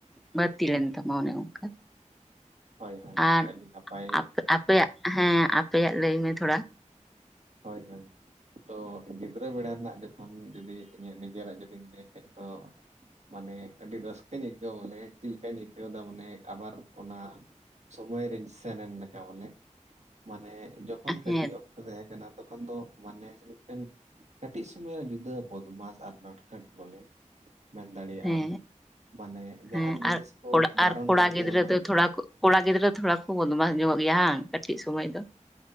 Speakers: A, in the centre; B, on the right.
A: ᱵᱟᱹᱛᱤᱞᱮᱱ ᱛᱟᱢᱟ ᱚᱱᱮ ᱚᱱᱠᱟ
B: ᱦᱳᱭ ᱦᱳᱭ
A: ᱟᱨ
B: ᱟᱹᱰᱤ ᱱᱟᱯᱟᱭ
A: ᱟᱯ ᱟᱯᱮᱭᱟᱜ ᱦᱮᱸ ᱟᱯᱮᱭᱟᱜ ᱞᱟᱹᱭ ᱢᱮ ᱛᱷᱚᱲᱟ
B: ᱦᱳᱭ ᱦᱳᱭ ᱾ ᱛᱚ ᱜᱤᱫᱽᱨᱟᱹ ᱵᱮᱲᱟ ᱨᱮᱱᱟᱜ ᱡᱚᱠᱷᱚᱱ ᱡᱩᱫᱤ ᱤᱧᱟᱹᱜ ᱱᱤᱡᱮᱨᱟᱜ ᱡᱩᱫᱤᱧ ᱞᱟᱹᱭ ᱠᱷᱟᱡ ᱛᱚ ᱢᱟᱱᱮ ᱟᱹᱰᱤ ᱨᱟᱹᱥᱠᱟᱹᱧ ᱟᱹᱭᱠᱟᱹᱣᱟ ᱵᱚᱞᱮ ᱪᱮᱫ ᱞᱮᱠᱟᱧ ᱟᱹᱭᱠᱟᱹᱣᱮᱫᱟ ᱢᱟᱱᱮ ᱟᱵᱟᱨ ᱚᱱᱟ ᱥᱚᱢᱚᱭ ᱨᱤᱧ ᱥᱮᱱᱮᱱ ᱞᱮᱠᱟ ᱵᱚᱞᱮ ᱢᱟᱱᱮ ᱡᱚᱠᱷᱚᱱ ᱠᱟᱹᱴᱤᱡ
A: ᱦᱮᱸ
B: ᱚᱠᱛᱚ ᱛᱟᱦᱮᱸ ᱠᱟᱱᱟ ᱛᱚᱠᱷᱚᱱ ᱫᱚ ᱢᱟᱱᱮ ᱢᱤᱫᱴᱮᱱ ᱠᱟᱹᱴᱤᱡ ᱥᱚᱢᱚᱭ ᱨᱮ ᱡᱩᱫᱟᱹ ᱵᱚᱫᱢᱟᱥ ᱟᱨ ᱱᱚᱴᱠᱟᱴ ᱵᱚᱞᱮ᱾ ᱢᱮᱱ ᱫᱟᱲᱮᱭᱟᱜ
A: ᱦᱮᱸ
B: ᱟᱢ ᱢᱟᱱᱮ
A: ᱦᱮᱸ
B: ᱡᱟᱦᱟᱱ ᱡᱤᱱᱤᱥ
A: ᱟᱨ
B: ᱠᱚ
A: ᱠᱚᱲᱟ
B: ᱵᱟᱨᱚᱱ
A: ᱟᱨ ᱠᱚᱲᱟ
B: ᱠᱟᱱ
A: ᱜᱤᱫᱽᱨᱟᱹ
B: ᱛᱟᱦᱮᱱᱟ᱾
A: ᱫᱚ ᱛᱷᱚᱲᱟ ᱠᱚ ᱠᱚᱲᱟ ᱜᱤᱫᱽᱨᱟᱹ ᱛᱷᱚᱲᱟ ᱠᱚ ᱵᱚᱫᱢᱟᱥ ᱧᱚᱜ ᱜᱮᱭᱟ ᱦᱟᱝ? ᱠᱟᱹᱴᱤᱡ ᱥᱚᱢᱚᱭ ᱫᱚ